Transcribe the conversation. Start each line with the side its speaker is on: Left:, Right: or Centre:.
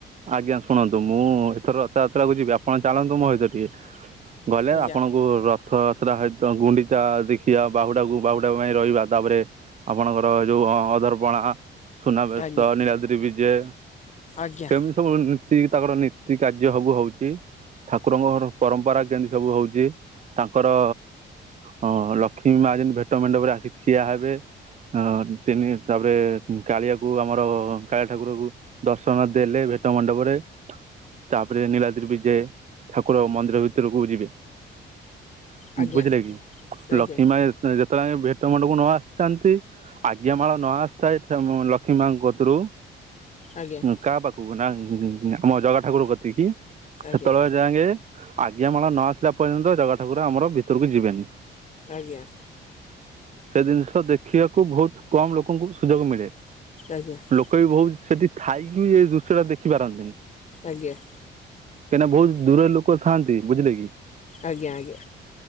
Right: ଆଜ୍ଞା ଶୁଣନ୍ତୁ ମୁଁ ଏଥର ରଥଯାତ୍ରାକୁ ଯିବି ଆପଣ ଚାଲନ୍ତୁ ମୋ ସହିତ ଟିକେ ଗଲେ
Left: ଆଜ୍ଞା
Right: ଆପଣଙ୍କ କୁ ରଥଯାତ୍ରା ହେତ ଗୁଣ୍ଡିଚା ଦେଖିବା ବାହୁଡ଼ାକୁ ବାହୁଡ଼ା ପାଇଁ ରହିବା ତାପରେ ଆପଣଙ୍କର ଏ ଯୋଉ ହଁ ଅଧରପଣା, ସୁନାବେଶ
Left: ଆଜ୍ଞା
Right: ନୀଳାଦ୍ରିବିଜେ
Left: ଆଜ୍ଞା।
Right: ସେ ସବୁ ନୀତି ତାଙ୍କର ନୀତି କାର୍ଯ୍ୟ ସବୁ ହଉଛି ଠାକୁରଙ୍କର ପରମ୍ପରା ଯେମିତି ସବୁ ହଉଛି ତାଙ୍କର ହଁ ଲକ୍ଷ୍ମୀ ମା ଯେମିତି ଭେଟ ମେଣ୍ଡପରେ ଆସିକି ଠିଆ ହେବେ ଅ ତିନି ତାପରେ କାଳିଆକୁ ଆମର କାଳିଆ ଠାକୁରକୁ ଦର୍ଶନ ଦେଲେ ଭେଟ ମଣ୍ଡପରେ ତାପରେ ନିଳାଦ୍ରୀ ବିଜେ ଠାକୁର ମନ୍ଦିର ଭିତରକୁ ଯିବେ
Left: ଆଜ୍ଞା
Right: ବୁଝିଲେ କି
Left: ଆଜ୍ଞା
Right: ଲକ୍ଷ୍ମୀ ମା ଯେତେ ଯେତେବେଳେ ଆମେ ଭେଟ ମଣ୍ଡପକୁ ନ ଆସି ଥାଆନ୍ତି ଆଜ୍ଞା ମାଳ ନ ଆସିଥାଏ <unintelligible> ଲକ୍ଷ୍ମୀ ମାଆଙ୍କ କତିରୁ
Left: ଆଜ୍ଞା।
Right: କାହା ପାଖକୁ ନା ଆମ ଜଗା ଠାକୁର କତିକିି
Left: ଆଜ୍ଞା
Right: ହେତେବେଳେ ଯାଏଙ୍କେ ଆଜ୍ଞା ମାଳ ନ ଆସିଲା ପର୍ଯ୍ୟନ୍ତ ଜଗା ଠାକୁର ଆମର ଭିତରକୁ ଯିବେନି।
Left: ଆଜ୍ଞା।
Right: ସେ ଜିନିଷ ଦେଖିବାକୁ ବହୁତ କମ୍ ଲୋକଙ୍କୁ ସୁଯୋଗ ମିଳେ।
Left: ଆଜ୍ଞା ଆଜ୍ଞା।
Right: ଲୋକ ବି ବହୁତ୍ ସେଠି ଥାଇକି ବି ଏ ଦୃଶ୍ୟଟା ଦେଖିପାରନ୍ତିନି।
Left: ଆଜ୍ଞା।
Right: କାହିଁକିନା ବହୁତ ଦୂରରେ ଲୋକ ଥାଆନ୍ତି ବୁଝିଲେ କି?
Left: ଆଜ୍ଞା ଆଜ୍ଞା।